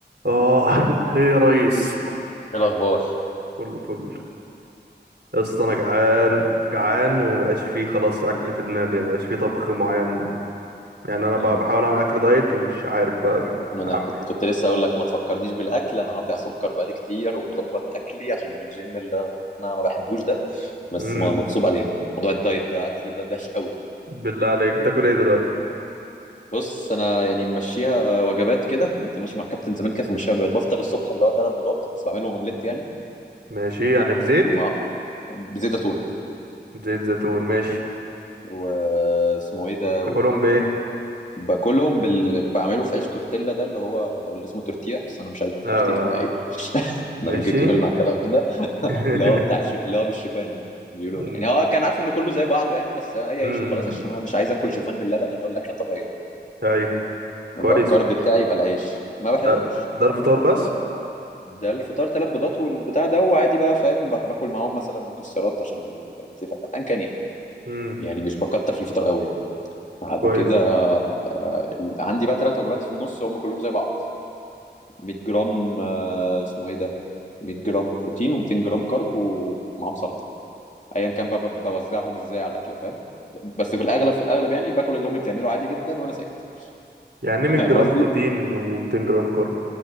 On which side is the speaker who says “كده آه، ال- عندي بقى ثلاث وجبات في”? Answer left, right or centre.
Left